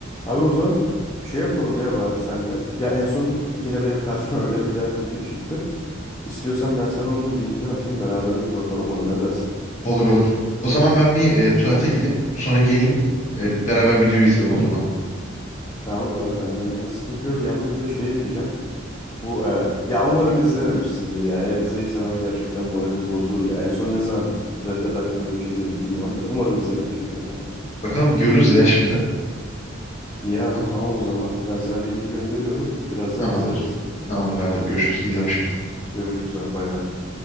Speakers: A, on the left (about 20°); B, on the left (about 35°).
A: Abi o zaman şey yapalım ya bari senle. Ya en son yine benim karşıma <laughs> öyle bir tane video çıktı. İstiyorsan ben sana onun linkini atayım. Beraber bir bakalım ona ne dersin?
B: Olur olur. O zaman ben bir e, tuvalete gideyim. Sonra geleyim. E, beraber videoyu izleyelim olur mu?
A: Tamamdır abi benden yana sıkıntı yok. Yalnız bir de şey diyeceğim. Bu e, ya umarım izlememişsindir ya. Eğer izleyirsen ama gerçekten moralim bozulur ya. En son ne zaman Red hakkında bir şey izledim bilmiyorum da. Umarım izlememişsindir yani.
B: Bakalım görürüz ya şimdi.
A: İyi abi
B: Tamam.
A: tamam o zaman. Ben sana linki gönderiyorum. Birazdan
B: Tamamdır.
A: izleriz.
B: Tamamdır abi. Görüşürüz. Geliyorum şimdi.
A: Görüşürüz abi bay bay.